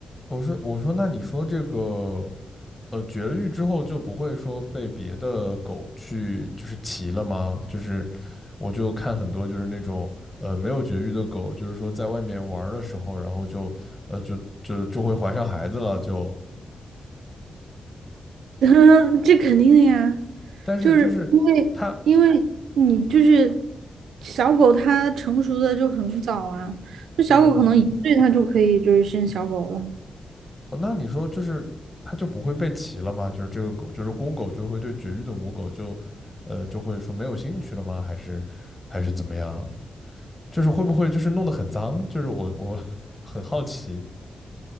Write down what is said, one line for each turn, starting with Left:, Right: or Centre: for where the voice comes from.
Left: 我说我说，那你说这个呃，绝育之后就不会说被别的狗去就是骑了吗？就是我就看很多就是那种呃没有绝育的狗，就是说在外面玩儿的时候，然后就呃就就就会怀上孩子了，就
Right: <laughs> 这肯定的呀，
Left: 但是就是它
Right: 就是因为因为你就是小狗，它成熟的就很早啊，就小狗可能一岁它就可以就是生小狗了。
Left: 嗯哦，那你说就是它就不会被骑了吗？就是这个狗就是公狗就会对绝育的母狗就呃就会说没有兴趣了吗？还是还是怎么样？就是会不会就是弄得很脏？就是我我 <laughs> 很好奇